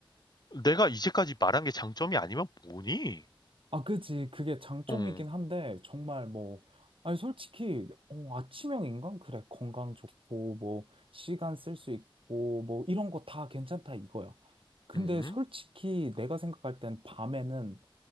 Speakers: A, on the left; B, on the right.
A: 내가 이제까지 말한 게 장점이 아니면 뭐니?
B: 아, 그지. 그게 장점이긴
A: 어,
B: 한데, 정말 뭐, 아니, 솔직히, 어, 아침형 인간? 그래. 건강 좋고, 뭐, 시간 쓸 수 있고, 뭐, 이런 거 다 괜찮다 이거야. 근데
A: 음.
B: 솔직히 내가 생각할 땐 밤에는